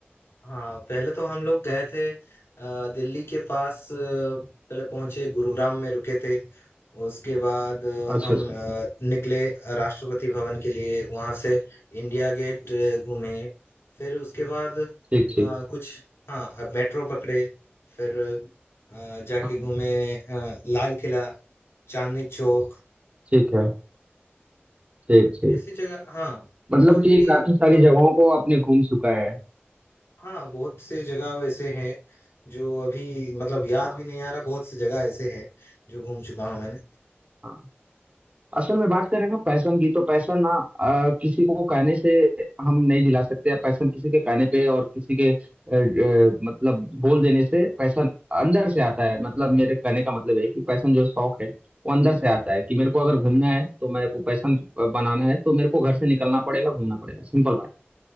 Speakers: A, on the left (about 85°); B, on the right (about 30°).
A: हाँ पहले तो हम लोग गए थे अ, दिल्ली के पास अ, पहले पहुंचे गुरुग्राम में रुके थे उसके बाद अ,
B: अच्छा
A: हम
B: अच्छा
A: अ, निकले राष्ट्रपति भवन के लिए वहां से इंडिया गेट अ, घूमे फिर उसके बाद अ,
B: ठीक ठीक
A: कुछ हाँ अ, मेट्रो पकड़े फिर अ, जाके
B: हाँ
A: घूमे अ, लाल किला चांदनी चौक
B: ठीक है ठीक ठीक
A: ऐसी जगह हाँ
B: मतलब
A: और भी
B: कि काफी सारी
A: और
B: जगहों को आपने घूम चुका है
A: हाँ बहुत से जगह वैसे हैं जो अभी मतलब याद
B: हाँ
A: भी नहीं आ रहा बहुत सी जगह ऐसे हैं जो घूम चुका हूँ मैंने
B: हाँ असल में बात करें ना पैशन की तो पैशन ना अ, किसी को कहने से हम नहीं दिला सकते पैशन किसी के कहने पे और किसी के अ, अ, मतलब बोल देने से पैशन अंदर से आता है मतलब मेरे कहने का मतलब है कि पैशन जो शौक है वो अंदर से आता है कि मेरे को अगर घूमना है तो मेरे को पैशन बनाना है तो मेरे को घर से निकलना पड़ेगा घूमना पड़ेगा सिंपल बात